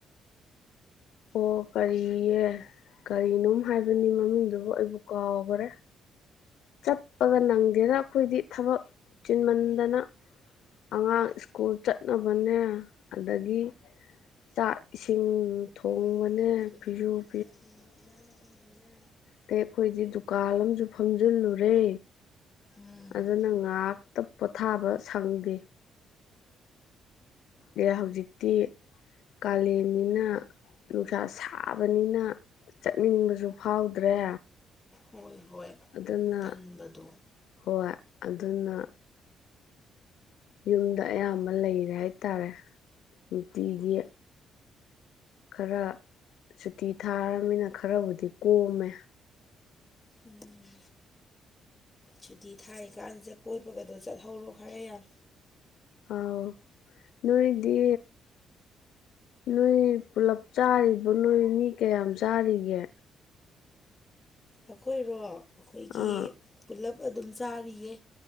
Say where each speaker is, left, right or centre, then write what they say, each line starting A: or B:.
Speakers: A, on the left; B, on the left.
A: ꯑꯣ ꯀꯔꯤꯌꯦ ꯀꯔꯤꯅꯣꯝ ꯍꯥꯏꯕꯅꯤ ꯃꯃꯤꯡꯗꯨꯕꯨ ꯑꯩꯕꯨ ꯀꯥꯎꯈ꯭ꯔꯦ ꯆꯠꯄꯒ ꯅꯪꯗꯦꯅ ꯑꯩꯈꯣꯏꯗꯤ ꯊꯕꯛ ꯆꯤꯟꯃꯟꯗꯅ ꯑꯉꯥꯡ ꯁ꯭ꯀꯨꯜ ꯆꯠꯅꯕꯅꯦ ꯑꯗꯒꯤ ꯆꯥꯛ ꯏꯁꯤꯡ ꯊꯣꯡꯕꯅꯦ
B: ꯏ ꯇꯨꯕꯅꯦ
A: ꯐꯤꯁꯨ
B: ꯐꯤꯖꯨ ꯐꯤꯌꯥꯝ ꯇꯨꯕꯅꯦ
A: ꯇ ꯑꯩꯈꯣꯏꯗꯤ ꯗꯨꯀꯥꯟ ꯑꯃꯁꯨ ꯐꯝꯖꯤꯜꯂꯨꯔꯦ
B: ꯎꯝ
A: ꯑꯗꯨ ꯅ ꯉꯥꯛꯇ ꯄꯣꯊꯥꯕ ꯁꯪꯗꯦ ꯑꯦ ꯍꯧꯖꯤꯛꯇꯤ ꯀꯥꯂꯦꯟꯅꯤꯅ ꯅꯨꯡꯁꯥ ꯁꯥꯕꯅꯤꯅ ꯆꯠꯅꯤꯡꯕꯁꯨ ꯐꯥꯎꯗ꯭ꯔꯦ
B: ꯍꯣꯏ ꯍꯣꯏ
A: ꯑꯗꯨꯅ
B: ꯇꯟꯕꯗꯣ
A: ꯍꯣꯏ ꯑꯗꯨꯅ ꯌꯨꯝꯗ ꯑꯌꯥꯝꯕ ꯂꯩꯔꯦ ꯍꯥꯏꯇꯥꯔꯦ ꯅꯨꯡꯇꯤꯒꯤ ꯈꯔ ꯁꯨꯇꯤ ꯊꯥꯔꯅꯤꯅ ꯈꯔꯕꯨꯗꯤ ꯀꯣꯝꯃꯦ
B: ꯎꯝ ꯁꯨꯇꯤ ꯊꯥꯏ ꯀꯥꯟꯁꯤꯗ ꯀꯣꯏꯕꯒ ꯑꯗꯣ ꯆꯠꯍꯧꯔꯣ ꯈꯔꯦ ꯌꯥꯝ
A: ꯑꯥꯎ ꯅꯣꯏꯗꯤ ꯅꯣꯏ ꯄꯨꯂꯞ ꯆꯥꯔꯤꯕ ꯅꯣꯏ ꯃꯤ ꯀꯌꯥꯝ ꯆꯥꯔꯤꯒꯦ
B: ꯑꯩꯈꯣꯏꯔꯣ ꯑꯩꯈꯣꯏꯒꯤ
A: ꯑꯥ
B: ꯄꯨꯂꯞ ꯑꯗꯨꯝ ꯆꯥꯔꯤꯌꯦ